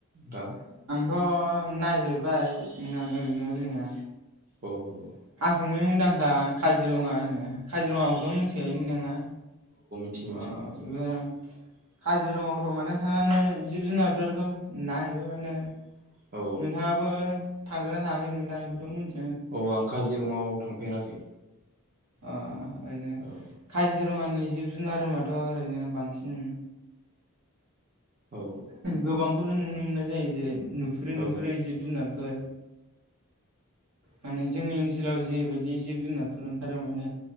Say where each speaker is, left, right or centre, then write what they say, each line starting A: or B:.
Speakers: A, on the right (about 40°); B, on the right (about 75°).
A: दा?
B: थ नायगिरबाय नागिरनाया जोंना
A: औ औ
B: सामनि मुंदांखा काजिरङा होनो। काजिरङाखौथ मिथिखायो नोंथाङा
A: थियो मिथियोखायनो
B: अ बेबो काजिरङाफ्राव माने थांनानै जिब-जुनारफोरखौ नाहैबाय माने
A: औ
B: नोंथाङाबो थांगोना थाङाखै नोंथां इखौथ मोनथि
A: अ आं खाजि जिरङआव थांफेराखै।
B: अ ओरैनो
A: औ
B: काजिरङानि जिब-जुनार होनबाथ' ओरैनो बांसिन
A: औ
B: गोबां खौनो नुनो मोननाय जायो जेरै नुफेरै
A: औ
B: नुफेरै जिब जुनार फोर माने जोंनि ओन्सोलाव जिबायदि जिब जुनारफोर ओंखारो माने